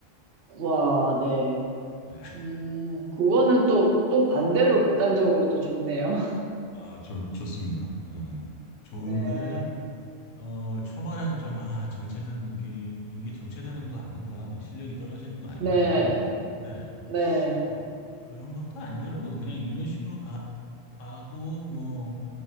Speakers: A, on the right; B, on the left.
A: 와, 네.
B: 네.
A: 음, 그거는 또, 또 반대로 극단적으로 또 좋네요. <laughs>
B: 아, 좋, 좋습니다. 예. 좋은데,
A: 네.
B: 어, 초반에는 좀, 아, 정체되는 느낌, 이게 정체되는 거 아닌가, 막 실력이 떨어지는 거 아닌가,
A: 네.
B: 막 그랬는데,
A: 네.
B: 뭐 그런 것도 아니더라고요. 그냥 이런 식으로 가, 가고 뭐